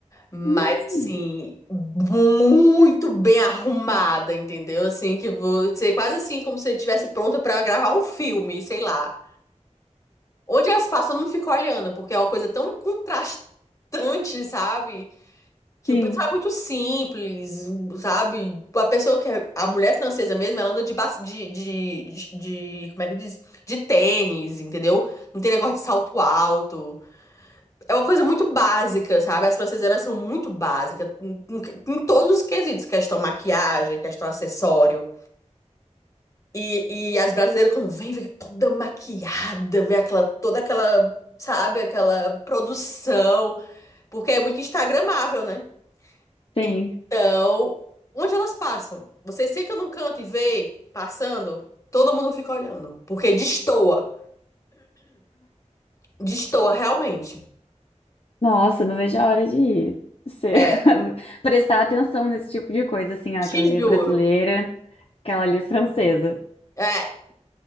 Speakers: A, on the left (about 25°); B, on the left (about 50°).
A: Mas
B: Hum,
A: assim, muito bem arrumada, entendeu? Assim, que você quase assim, como se estivesse pronta pra gravar um filme, sei lá. Onde elas passam, eu não fico olhando, porque é uma coisa tão contrastante, sabe? Que
B: sim,
A: o pessoal é muito simples, sabe? A pessoa que é, a mulher francesa mesmo, ela anda de, ba- de, de, de, de- como é que diz? De tênis, entendeu? Não tem negócio de salto alto. É uma coisa muito básica, sabe? As francesas, elas são muito básicas em, em- em todos os quesitos, questão maquiagem, questão acessório. E, e as brasileiras, quando vêm vem toda maquiada, vem aquela, toda aquela, sabe, aquela produção, porque é muito instagramável, né?
B: tem.
A: Então, onde elas passam? Você senta num canto e vê passando, todo mundo fica olhando, porque destoa, destoa realmente.
B: Nossa, não vejo a hora de você
A: É,
B: <laughs> prestar atenção nesse tipo de coisa, assim, ó,
A: te
B: aquela ali é
A: juro.
B: brasileira, aquela ali é francesa.
A: É,